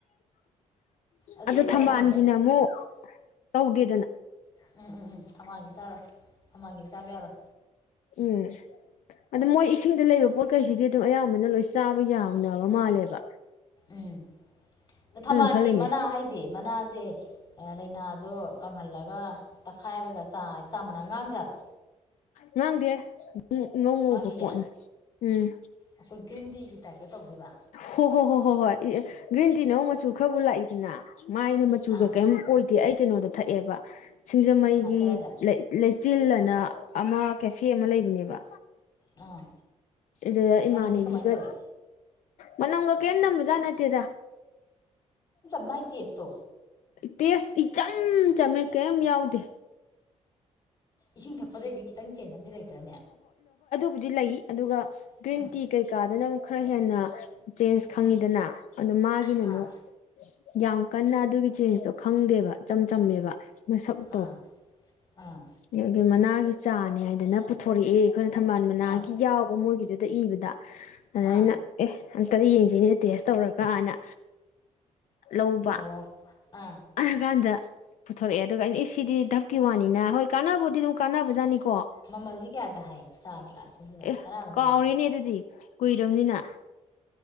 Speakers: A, on the left (about 35°); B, on the left (about 80°).
A: ꯑꯗꯨꯗꯤ
B: ꯑꯗꯨ ꯊꯝꯕꯥꯜꯒꯤꯅ
A: ꯆꯥꯅꯕꯅꯦ ꯑꯁ
B: ꯑꯃꯨꯛ ꯇꯧꯗꯦ
A: ꯎꯝ ꯎꯝ ꯎꯝ ꯍꯉꯥꯡꯒꯤ ꯆꯥꯔꯣ ꯍꯃꯥꯡꯒꯤ ꯆꯥꯕ ꯌꯥꯎꯔꯣꯏ
B: ꯎꯝ ꯑꯗ ꯃꯣꯏ ꯏꯁꯤꯡꯗ ꯂꯩꯕ ꯄꯣꯠꯀꯩꯁꯤꯗꯤ ꯑꯗꯨꯝ ꯑꯌꯥꯝꯕꯅ ꯂꯣꯏ ꯆꯥꯕ ꯌꯥꯅꯕ ꯃꯥꯜꯂꯦꯕ
A: ꯎꯝ ꯑ ꯊꯝꯕꯥꯜꯒꯤ
B: ꯑꯩꯅ ꯈꯜꯂꯤꯅꯦ
A: ꯃꯅꯥ ꯍꯥꯏꯁꯦ ꯃꯅꯥꯁꯦ ꯂꯥꯏꯅꯥꯗꯣ ꯀꯪꯍꯜꯂꯒ ꯇꯛꯈꯥꯏꯔꯒ ꯆ ꯆꯥꯃꯅꯥ ꯉꯥꯡꯖꯥꯔꯣ
B: ꯉꯥꯡꯗꯦꯝ ꯉꯧ ꯉꯧꯕ
A: ꯉꯥꯡꯗꯤꯌꯦ
B: ꯄꯣꯠꯅꯤ ꯎꯝ
A: ꯑꯩꯈꯣꯏ ꯒ꯭ꯔꯤꯟ ꯇꯤꯒꯤ ꯇꯥꯏꯞꯇ ꯇꯧꯗꯣꯏꯕ
B: ꯍꯣ ꯍꯣ ꯍꯣ ꯍꯣ ꯍꯣꯏ꯭ꯔꯤꯟ ꯁꯠꯇꯤ ꯅꯪ ꯃꯆꯨ ꯈꯔꯕꯨ ꯂꯥꯛꯏꯗꯅ ꯃꯥꯏꯅ ꯃꯆꯨꯒ
A: ꯑꯥ
B: ꯀꯔꯤꯝ ꯑꯣꯏꯗꯦ ꯑꯩ ꯀꯩꯅꯣꯗ ꯊꯛꯑꯦꯕ ꯁꯤꯡꯖꯃꯩꯒꯤ
A: ꯀꯗꯥꯏꯗ
B: ꯂꯩꯆꯤꯜ ꯑꯅ ꯑꯃ ꯀꯦꯐꯦ ꯑꯃ ꯂꯩꯕꯅꯦꯕ
A: ꯑꯥ
B: ꯑꯗꯨꯗ ꯏꯃꯥꯅꯦꯕꯤꯒ
A: ꯃꯅꯝꯗꯤ ꯀꯃꯥꯏꯅ ꯇꯧꯏ
B: ꯃꯅꯝꯒ ꯀꯔꯤꯝ ꯅꯝꯕꯖꯥꯠ ꯅꯠꯇꯦꯗ
A: ꯃꯥꯥꯏ ꯑ ꯇꯣ
B: ꯇꯦꯁ ꯏꯆꯝ ꯆꯝꯃꯦ ꯀꯩ ꯌꯥꯎꯗꯦ
A: ꯏꯁꯤꯡ ꯊꯛꯄꯗꯩꯗꯤ ꯈꯤꯇꯪ ꯆꯦꯟꯖ ꯑꯃꯗꯤꯝ ꯂꯩꯇ꯭ꯔꯅꯦ
B: ꯕꯨꯗꯤ ꯂꯩ ꯑꯗꯨꯒ ꯒ꯭ꯔꯤꯟ
A: ꯎꯝ
B: ꯇꯤ ꯀꯩꯀꯥꯗꯨꯅ ꯑꯃꯨꯛ ꯈꯔ ꯍꯦꯟꯅ ꯆꯦꯟꯖ ꯈꯪꯉꯤꯗꯅ
A: ꯎꯝ
B: ꯑꯗ ꯃꯥꯒꯤꯅ
A: ꯑꯥ
B: ꯑꯃꯨꯛ ꯌꯥꯝ ꯀꯟꯅ ꯑꯗꯨꯒꯤ ꯆꯦꯟꯁꯇꯣ ꯈꯪꯗꯦꯕ ꯏꯆꯝ ꯆꯝꯃꯦꯕ ꯃꯁꯛꯇꯣ
A: ꯑꯥ ꯑꯥ
B: ꯑꯗꯨꯗꯒꯤ ꯃꯅꯥꯒꯤ ꯆꯥꯅꯤ ꯍꯥꯏꯗꯅ ꯄꯨꯊꯣꯔꯛꯑꯦ ꯑꯩꯈꯣꯏꯅ ꯊꯝꯕꯥꯜ ꯃꯅꯥꯒꯤ
A: ꯑꯥ
B: ꯌꯥꯎꯕ ꯃꯣꯏꯒꯤꯗꯨꯗ ꯏꯕꯗ ꯑꯗꯨ ꯑꯩꯅ
A: ꯑꯥ
B: ꯑꯦ ꯑꯝꯇ ꯌꯦꯟꯁꯤꯅ ꯇꯦꯁ ꯇꯧꯔꯀꯥꯟꯅ ꯂꯧꯕ
A: ꯑꯣ ꯑꯥ
B: ꯑ ꯀꯥꯟꯗ ꯄꯨꯊꯣꯔꯛꯑꯦ ꯑꯗꯨꯒ ꯑꯩꯅ ꯁꯤꯗꯤ ꯙꯞꯀꯤ ꯋꯥꯅꯤꯅ ꯍꯣꯏ ꯀꯥꯟꯅꯕꯕꯨꯗꯤ ꯑꯗꯨꯝ ꯀꯥꯟꯅꯕꯖꯥꯅꯤꯀꯣ
A: ꯃꯃꯜꯗꯤ ꯀꯌꯥꯒ ꯍꯥꯏ ꯆꯥ ꯒ꯭ꯂꯥꯁ ꯑꯗꯨꯗ
B: ꯑꯦ
A: ꯇꯔꯥ ꯑꯗꯨꯝ
B: ꯀꯥꯎꯔꯦꯅꯦ
A: ꯄꯤꯕ꯭ꯔꯣ
B: ꯑꯗꯨꯗꯤ ꯀꯨꯏꯔꯕꯅꯤꯅ